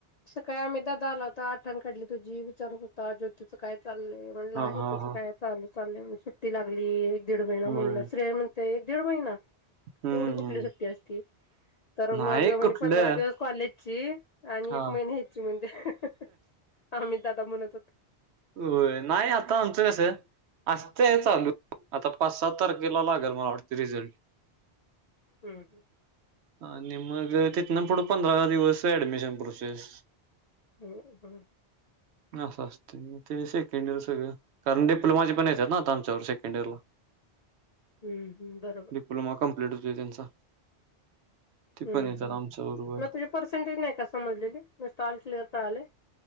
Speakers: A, on the left; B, on the right.
A: सकाळी अमितदादा आला होता आठवण काढली तुझी विचारत हो जोतीचं काय चाललंय म्हणलं
B: हां,
A: आहे
B: हां,
A: तिचं
B: हां.
A: काय चाल चाललंय ती लागली दीड महिना
B: होय.
A: म्हटल श्रेया म्हणत्या एक दीड महिना
B: हम्म.
A: एवढी कुठली सुट्टी असती तर मग
B: नाही
A: म्हणजे
B: कुठलं
A: पंधरा दिवस कॉलेजची आणि
B: हां.
A: मी न्यायची म्हणत्या आम्ही दादा म्हणत होतं.
B: होय नाही आता आमचं कसं असतंय चालू आता पाच सात तारखेला लागेल मला वाटतय रिझल्ट
A: हम्म हम्म
B: हा निम्मं घर तिथनं पुढं पंधरा दिवस ऍडमिशन प्रोसेस
A: हम् हम्
B: अस असं तय म ते सेकंड इयर सगळं कारण डिप्लोमाचे पण येत्यात ना आता आमच्याबर सेकंड इयरला
A: हम्म हम्म बरोबर
B: डिप्लोमा कंप्लीट होतोय त्यांचा ते
A: हम्
B: पण येतात
A: हम्
B: आमच्याबरोबर.
A: मग तुझे पर्सेंटेज नाही का समजलेले नुसतं ऑल क्लिअर कळालय.